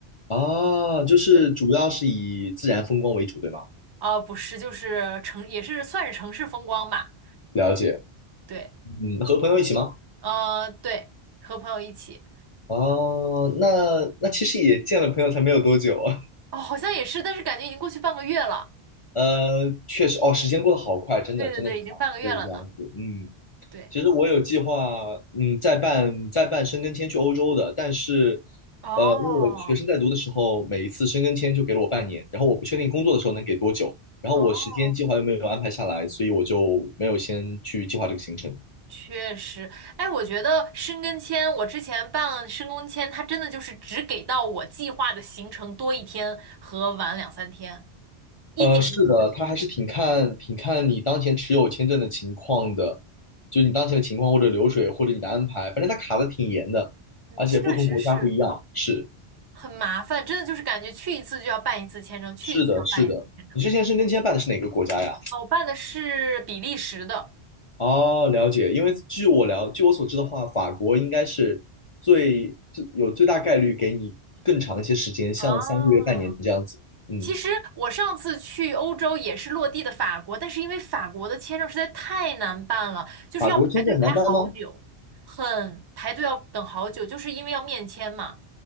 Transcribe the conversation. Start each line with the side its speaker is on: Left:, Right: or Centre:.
Left: 啊。就是主要是以自然风光为主，
Right: 对，
Left: 对吗？
Right: 哦，不是，就是城，也是算是城市风光吧。
Left: 了解。
Right: 对，
Left: 嗯，和朋友一起吗？
Right: 呃，对，和朋友一起。
Left: 哦，那那其实也见了朋友才没有多久啊。<laughs>
Right: 哦，好像也是，但是感觉已经过去半个月了。
Left: 呃，确实，哦，时间过得好快，真的，
Right: 对对对，
Left: 真的是这样，
Right: 已经半个月了呢。
Left: 是这样子。嗯。
Right: 对，
Left: 其实我有计划，嗯，再办再办申根签去欧洲的，但是，
Right: 哦，
Left: 呃，因为我学生在读的时候，每一次申根签就给了我半年，然后我不确定工作的时候能给多久，然后我时间计划又没有安排下来，
Right: 哦。
Left: 所以我就没有先去计划这个行程。
Right: 确实，哎，我觉得申根签，我之前办申根签，它真的就是只给到我计划的行程多一天和晚两三天，一点都不会。
Left: 呃，是的，它还是挺看挺看你当前持有签证的情况的，就是你当前的情况或者流水或者你的安排，反正它卡的挺严的，
Right: 嗯，
Left: 而且不同国家不一样。
Right: 确实是
Left: 是
Right: 很麻烦，真的就是感觉去一次就要办一次签证，去一次就要办一次签证。
Left: 是的，是的。你之前申根签办的是哪个国家呀？
Right: 哦，我办的是比利时的。
Left: 哦，了解。因为据我了，据我所知的话，法国应该是最最有最大概率给你更长一些时间，像三个月、
Right: 啊，
Left: 半年这样子。嗯，
Right: 其实我上次去欧洲也是落地的法国，但是因为法国的签证实在太难办了，就是要排队排好久，
Left: 法国签证很难办吗？
Right: 很排队要等好久，就是因为要面签嘛，